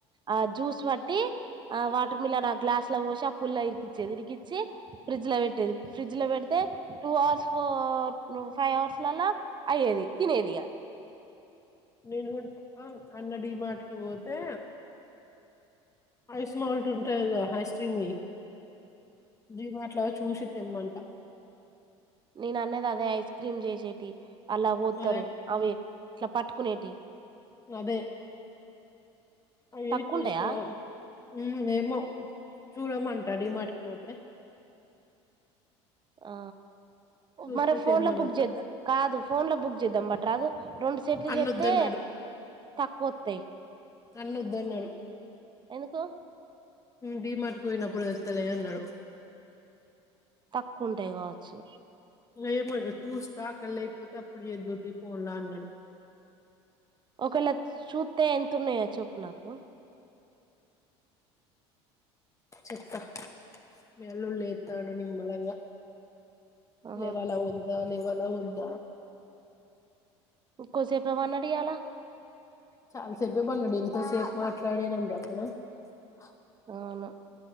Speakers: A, on the right; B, on the left.
A: ఆ జ్యూస్ పట్టి ఆ వాటర్ మిలన్ ఆ గ్లాస్ లో పోసి ఆ పుల్ల ఇరికిచ్చేది ఇరికిచ్చి ఫ్రిజ్ లో పెట్టేది ఫ్రిజ్ ల పెడితే టూ అవర్స్ ఫో ను ఫైవ్ అవర్స్లలా అయ్యేది తినేదిగ
B: నేను గూడ్ అన్న డిమార్ట్ కి పోతే ఐస్ మాల్ట్ ఉంటాది కదా హైస్ట్రీమి డిమార్ట్ ల చు చూషి తెమ్మంట
A: నేను అన్నది అదే ఐస్ క్రీమ్ చేసేటి అలా పోత్తారు
B: అదే
A: అవి ట్లా పట్టుకునేటి
B: అదే అవివి
A: తక్కువ
B: తీసినవ్
A: ఉంటాయా
B: ఉమ్ ఏమో చూడమంటా డిమార్ట్ కి పోతే
A: ఆ
B: చూస్తే
A: మరి ఫోన్
B: తెమ్మనొచ్చు
A: లో బుక్ చేద్దాం కాదు ఫోన్ లో బుక్ చేద్దాం బట్ రాదు రెండు సెట్లు
B: అన్న
A: చేస్తే
B: వద్దన్నాడు
A: తక్కువ వస్తాయి
B: నన్న వద్దన్నాడు
A: ఎందుకు
B: డి మార్ట్ కి పోయినప్పుడు తెస్తలే అనాడు
A: తక్కువ ఉంటాయి కావచ్చు
B: <unintelligible> చూస్తా అక్కడ లేకపోతే అప్పుడు చెదువులే ఫోన్ల అనాడు
A: ఒకవేళ చూస్తే ఎంతున్నాయో చెప్పు నాకు
B: చెప్తా మీ <unintelligible> నిమ్ మలంగా
A: ఆహా
B: లేవాల వద్ద వాళ వద్ద
A: కోసేపు <unintelligible> తీయాలా
B: చాలా సేపు <unintelligible> ఎంతోసేపు మాట్లా <unintelligible>
A: అవును